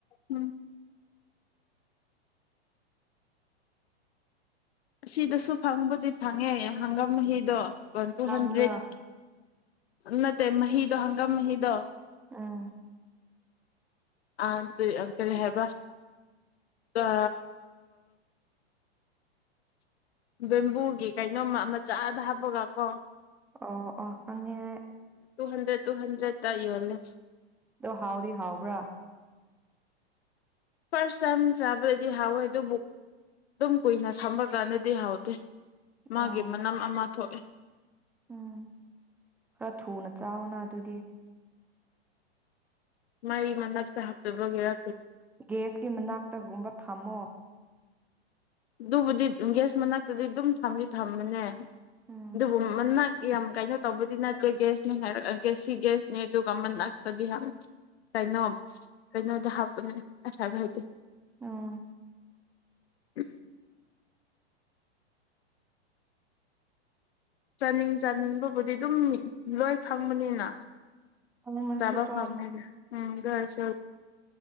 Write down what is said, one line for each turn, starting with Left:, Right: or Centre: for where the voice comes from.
Left: ꯎꯝ ꯑꯁꯤꯗꯁꯨ ꯐꯪꯕꯨꯗꯤ ꯐꯪꯉꯦ ꯍꯪꯒꯥꯝ ꯃꯍꯤꯗꯣ ꯋꯥꯟ ꯇꯨ
Centre: ꯇꯥꯡꯕ꯭ꯔꯥ
Left: ꯍꯟꯗ꯭ꯔꯦꯠ ꯅꯠꯇꯦ ꯃꯍꯤꯗꯣ ꯍꯪꯒꯥꯝ ꯃꯍꯤꯗꯣ
Centre: ꯑꯥ
Left: ꯑꯇꯔꯤ ꯍꯥꯏꯕ ꯑ ꯕꯝꯕꯨꯒꯤ ꯀꯩꯅꯣꯝꯃ ꯃꯆꯥꯗ ꯍꯥꯞꯄꯒ ꯀꯣ
Centre: ꯑꯣ ꯑꯣ ꯑꯉꯦ
Left: ꯇꯨ ꯍꯟ꯭ꯔꯦꯠ ꯇꯨ ꯍꯟꯗ꯭ꯔꯦꯠ ꯇꯥꯏꯣꯂꯦ
Centre: ꯑꯣ ꯍꯥꯎꯔꯤ ꯍꯥꯎꯕ꯭ꯔꯥ
Left: ꯐꯥꯔꯁ ꯇꯥꯏꯝ ꯆꯥꯕꯗꯗꯤ ꯍꯥꯎꯋꯦ ꯑꯗꯨꯕꯨ ꯑꯗꯨꯝ ꯀꯨꯏꯅ ꯊꯝꯕ ꯀꯥꯟꯗꯗꯤ ꯍꯥꯎꯇꯦ ꯃꯥꯒꯤ
Centre: ꯎꯝ
Left: ꯃꯅꯝ ꯑꯃ ꯊꯣꯛꯑꯦ
Centre: ꯎꯝ ꯈꯔ ꯊꯨꯅ ꯆꯥꯎꯅ ꯑꯗꯨꯒꯤ
Left: ꯃꯩ ꯃꯅꯥꯛꯇ ꯍꯥꯞꯆꯕꯒꯦꯔ
Centre: ꯒꯦꯁꯀꯤ ꯃꯅꯥꯛꯇꯒꯨꯝꯕ ꯊꯝꯃꯣ
Left: ꯑꯗꯨꯕꯨꯗꯤ ꯒ꯭ꯌꯥꯁ ꯃꯅꯥꯛꯇꯗꯤ ꯑꯗꯨꯝ ꯊꯝꯗꯤ ꯊꯝꯃꯅꯦ
Centre: ꯎꯝ
Left: ꯑꯗꯨꯕꯨ ꯃꯅꯥꯛ ꯌꯥꯝ ꯀꯩꯅꯣ ꯇꯧꯕꯗꯤ ꯅꯠꯇꯦ ꯒ꯭ꯌꯥꯁꯅꯤ ꯍꯥꯏꯔꯛ ꯒꯦꯁ ꯁꯤ ꯒ꯭ꯌꯥꯁꯅꯤ ꯑꯗꯨꯒ ꯃꯅꯥꯛꯇꯗꯤ ꯌꯥꯝ ꯀꯩꯅꯣ ꯀꯩꯅꯣꯗ ꯍꯥ <unintelligible> ꯑꯁ ꯍꯥꯏꯕ ꯍꯩꯇꯦ
Centre: ꯎꯝ
Left: ꯍ <unintelligible> ꯆꯥꯅꯤꯡ ꯆꯥꯅꯤꯡꯕꯕꯨꯗꯤ ꯑꯗꯨꯝ ꯂꯣꯏ ꯐꯪꯕꯅꯤꯅ
Centre: <unintelligible>
Left: ꯆꯥꯕ ꯐꯪꯉꯦꯗ ꯎꯝ ꯒꯥꯢꯁ